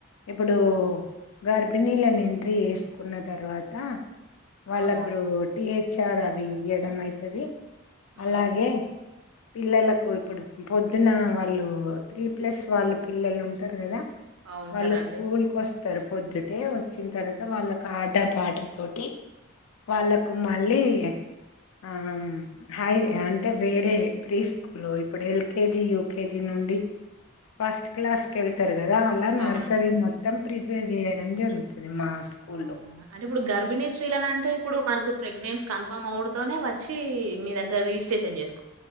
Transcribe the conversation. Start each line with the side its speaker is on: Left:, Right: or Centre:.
Left: ఇప్పుడు గర్భిణీలను ఎంట్రీ ఎస్కున్న తర్వాత వాళ్ళకు
Right: ఆహా
Left: టిహెచ్ఆర్ అవి ఇయ్యడమైతది అలాగే
Right: ఉమ్
Left: పిల్లలకు ఇప్పుడు పొద్దున వాళ్ళు త్రీ ప్లస్ వాళ్ళు పిల్లలుంటారు కదా
Right: ఆ ఉంటారండి
Left: వాళ్ళు స్కూల్కోస్తరు పొద్దుటే వచ్చిన తర్వాత వాళ్ళకు ఆట పాట తోటి వాళ్ళకు మళ్ళీ ఆమ్ హాయ్ అంటే వేరే ప్రీ స్కూలు ఇప్పుడు ఎల్కేజీ యూకేజి నుండి ఫస్ట్ క్లాస్ కేళ్తారు కదా అలా
Right: అవును
Left: నర్సరీ మొత్తం ప్రిపేర్ జేయ్యడం జరుగుతుంది మా స్కూల్లో
Right: అవ్నా అంటే ఇప్పుడు గర్భిణీ స్రీలనంటే ఇప్పుడు మనకు ప్రెగ్నెన్స్ కన్ఫామ్ అవ్వుడుతోనే వచ్చి మీ దగ్గర రిజిస్ట్రేషన్ చేస్